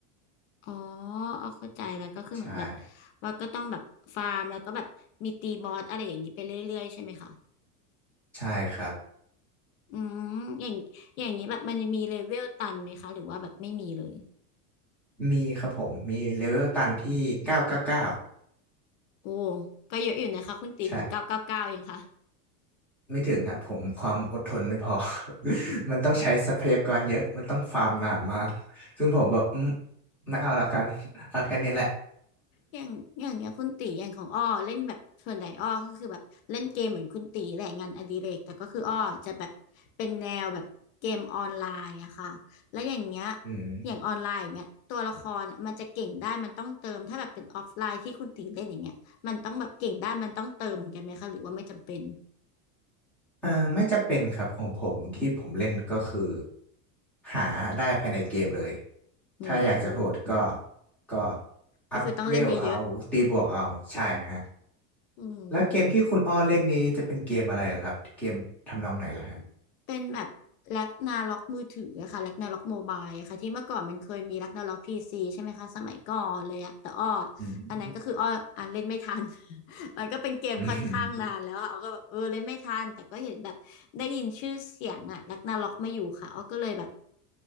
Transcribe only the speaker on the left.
อ๋อเอาเข้าใจแล้วก็คือเหมือนแบบ
ว่าก็ต้องแบบฟาร์มแล้วก็แบบมีตีบอสอะไรอย่างนี้ไปเรื่อยๆใช่ไหมคะ
อืมอย่างอย่างนี้แบบมันจะมีเลเวลตันไหมคะหรือว่าแบบไม่มีเลย
โอ้ก็เยอะอยู่นะคะคุณตีถึงเก้าเก้าเก้ายังคะ
อย่างอย่างเงี้ยคุณตีอย่างของอ้อเล่นแบบส่วนใหญ่อ้อก็คือแบบเล่นเกมเหมือนคุณตีแหละงานอดิเรกแต่ก็คืออ้อจะแบบเป็นแนวแบบเกมออนไลน์อะค่ะแล้วอย่างเงี้ย
อย่างออนไลน์อย่างเงี้ยตัวละครอะมันจะเก่งได้มันต้องเติมถ้าแบบเป็นออฟไลน์ที่คุณตีเล่นอย่างเงี้ยมันต้องแบบเก่งได้มันต้องเติมเหมือนกันไหมคะหรือว่าไม่จำเป็น
โอ้โห
ก็คือต้องเล่นเยอะๆโอ้โห
เป็นแบบแร็กนาล็อกมือถืออะค่ะแร็กนาล็อกโมบายอะค่ะที่เมื่อก่อนมันเคยมีแร็กนาล็อกพีซีใช่ไหมคะสมัยก่อนเลยอะแต่อ้อ
อันนั้นก็คืออ้ออ่านเล่นไม่ทัน <laughs> มันก็เป็นเกมค่อนข้างนานแล้วอะอ้อก็แบบเออเล่นไม่ทันแต่ก็เห็นแบบได้ยินชื่อเสียงอะแร็กนาล็อกมาอยู่ค่ะอ้อก็เลยแบบ